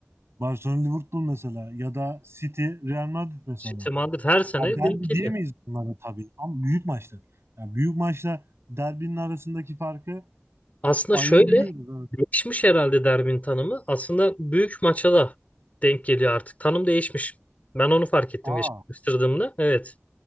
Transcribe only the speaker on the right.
Barcelona Liverpool mesela ya da City Real Madrid mesela.
Ya derbi
diyemeyiz bunlara tabii ama büyük maçlar. Yani büyük maçla derbinin arasındaki farkı
ayırabiliyoruz.
Evet.
Aa.